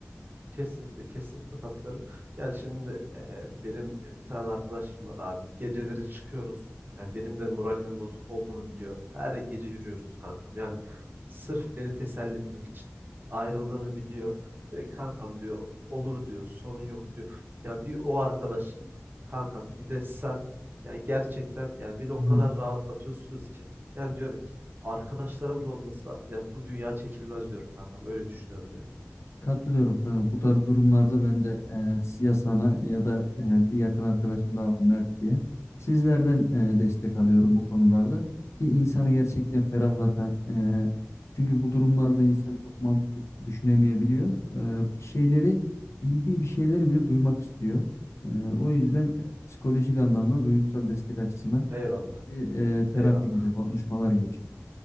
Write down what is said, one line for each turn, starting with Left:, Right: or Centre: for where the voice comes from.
Right: Kesinlikle, kesinlikle katılıyorum. Yani şimdi e, benim bir tane arkadaşım var abi. Geceleri çıkıyoruz. Yani benim de moralimin bozuk olduğunu biliyor. Her gece yürüyoruz kankam. Yani sırf beni teselli etmek için ayrıldığımı biliyor. Diyor ki, kankam diyor olur diyor sorun yok diyor. Yani bir o arkadaşım kankam bir de sen yani gerçekten yani beni o
Left: Hı.
Right: kadar rahatlatıyorsunuz ki. Yani diyorum ki arkadaşlarım da olmasa yani bu dünya çekilmez diyorum kankam. Öyle düşünüyorum yani.
Left: Katılıyorum kanka. Bu tarz durumlarda ben de e, ya sana ya da e, bir yakın arkadaşım daha var Mert diye. Sizlerden e, destek alıyorum bu konularda. Ki insanı gerçekten ferahlatan. e, çünkü bu durumlarda insan çok mantıklı düşünemeyebiliyor. E, bir şeyleri bildiği bir şeyleri bile duymak istiyor. E, o yüzden e, psikolojik anlamda duygusal destek açısından
Right: Eyvallah.
Left: e, terapi
Right: Eyvallah.
Left: gibi konuşmalar geçiyor.